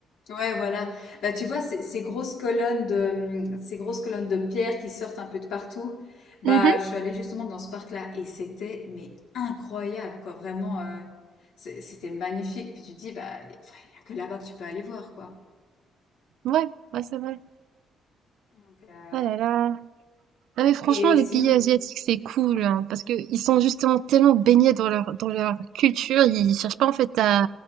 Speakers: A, on the left (about 80°); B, on the right (about 80°).
A: Ouais, voilà. Bah, tu vois, ces, ces grosses colonnes de, hum, ces grosses colonnes de pierre qui sortent un peu de partout. Bah,
B: Mhm.
A: je suis allée justement dans ce parc-là et c'était, mais incroyable, quoi. Vraiment, euh, c'est- c'était magnifique. Puis tu te dis, bah, il n'y a que là-bas que tu peux aller voir, quoi.
B: Ouais, ouais, c'est vrai.
A: Donc, euh,
B: Oh là là. Ah mais franchement,
A: et
B: les
A: sinon,
B: pays asiatiques, c'est cool, hein, parce que ils sont justement tellement baignés dans leur, dans leur culture, ils cherchent pas en fait à,